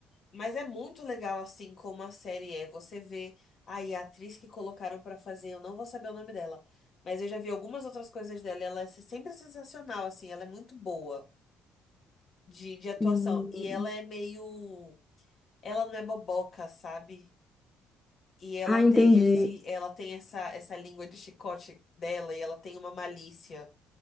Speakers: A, on the left; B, on the left.
A: Mas é muito legal assim como a série é. Você vê aí a atriz que colocaram pra fazer, eu não vou saber o nome dela, mas eu já vi algumas outras coisas dela. e Ela é sempre sensacional, assim, ela é muito boa de, de atuação.
B: Hum,
A: E ela é meio. Ela não é boboca, sabe? E ela
B: Ah,
A: tem
B: entendi.
A: esse, ela tem essa, essa língua de chicote dela e ela tem uma malícia